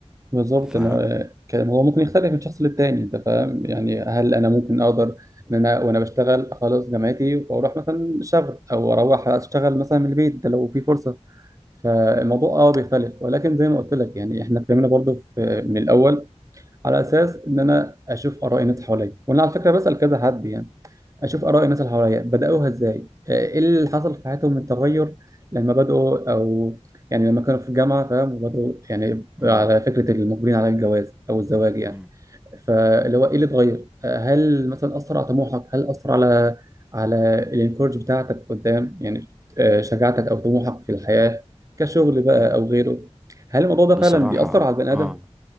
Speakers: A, on the right (about 30°); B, in the centre.
A: بالظبط
B: ف
A: انا آه، كان الموضوع ممكن يختلف من شخص للتاني انت فاهم يعني هل انا ممكن اقدر ان انا وانا بشتغل اخلص جامعتي واروح مثلا شغل او اروح اشتغل مثلا من البيت ده لو في فرصه فالموضوع اه بيختلف ولكن زي ما قلت لك يعني احنا اتكلمنا برضو في من الاول على اساس ان انا اشوف اراء الناس اللي حواليا وانا على فكره بسال كذا حد يعني اشوف اراء الناس اللي حواليا بداوها ازاي آه، ايه اللي حصل في حياتهم من تغير لما بداوا او يعني لما كانوا في الجامعه فاهم وبداوا يعني
B: مم.
A: على فكره المقبلين على الجواز او الزواج يعني
B: مم.
A: فاللي هو ايه اللي اتغير؟ آه، هل مثلا اثر على طموحك؟ هل اثر على على الانكورج بتاعتك قدام يعني آه، شجاعتك او طموحك في الحياه كشغل بقى
B: مم.
A: او غيره؟ هل الموضوع
B: بصراحة
A: ده فعلا بيأثر
B: اه
A: على البني
B: اه
A: ادم؟